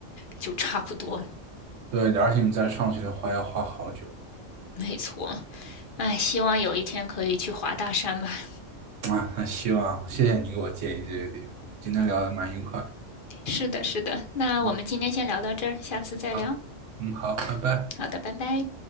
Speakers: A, on the left; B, on the right.
A: 就差不多
B: 对，而且你再上去的话要花好久
A: 没错，哎，希望有一天可以去滑大山吧。
B: 啊。那希望谢谢你给我建议这些地方，今天聊得蛮愉快的
A: 啊，哦是的，是的。那我们今天先聊到这儿，
B: 嗯，
A: 下次再聊。
B: 好，嗯，好，拜拜。
A: 好的，拜拜。